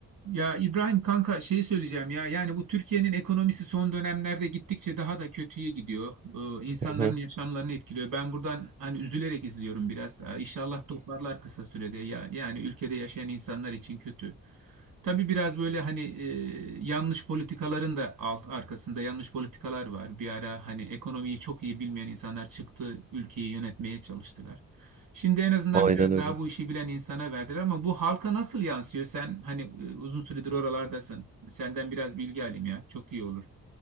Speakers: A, on the right; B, on the right.
A: Ya İbrahim kanka şeyi söyleyeceğim ya yani bu Türkiye'nin ekonomisi son dönemlerde gittikçe daha da kötüye gidiyor. Ee, insanların
B: Hı hı.
A: yaşamlarını etkiliyor. Ben buradan hani üzülerek izliyorum biraz. Ee, İnşallah toparlar kısa sürede ya yani ülkede yaşayan insanlar için kötü. Tabii biraz böyle hani e, yanlış politikaların da alt arkasında yanlış politikalar var. Bir ara hani ekonomiyi çok iyi bilmeyen insanlar çıktı ülkeyi yönetmeye çalıştılar. Şimdi en azından
B: Aynen
A: biraz
B: öyle.
A: daha bu işi bilen insana verdiler ama bu halka nasıl yansıyor? Sen hani e, uzun süredir oralardasın. Senden biraz bilgi alayım ya. Çok iyi olur.